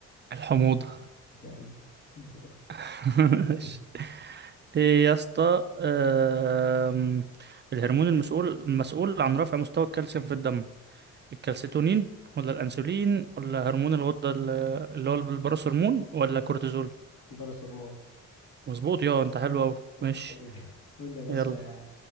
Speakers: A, on the right (about 35°); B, on the left (about 65°).
A: الحموضة
B: جامد دورك
A: <laughs> عاش.
B: <laughs>
A: ايه يا اسطى آم، الهرمون المسؤول المسؤول عن رفع مستوى الكالسيوم في الدم الكالسيتونين ولا الانسولين ولا هرمون الغدة ال- اللي هو البروس هرمون ولا كورتيزول
B: باراسور مو
A: مظبوط يا انت حلو اوي ماشي
B: اخوي قول لي بس
A: يلا
B: آه،